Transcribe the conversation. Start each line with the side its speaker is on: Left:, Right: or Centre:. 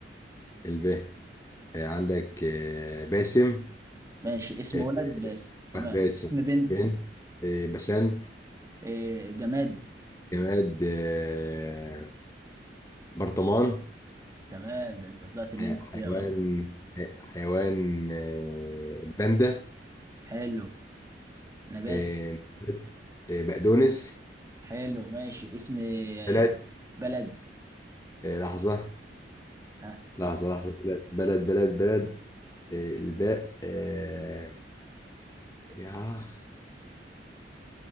Left: الب آه، عندك آه، باسم
Right: ماشي اسم
Left: آه،
Right: ولد بس تمام
Left: واحد باسم
Right: اسم بنت
Left: بن آه، بسنت
Right: إيه جماد
Left: جماد آه، برطمان
Right: تمام ده انت طلعت نمت
Left: حي-
Right: فيها
Left: حيوان
Right: اه
Left: حي- حيوان آه، باندا
Right: حلو نبات
Left: آه، آه، بقدونس
Right: حلو ماشي اسم آه،
Left: بلد
Right: بلد
Left: آه، لحظة
Right: ها
Left: لحظة لحظة بلد بلد بلد بلد الباء آه يا أخ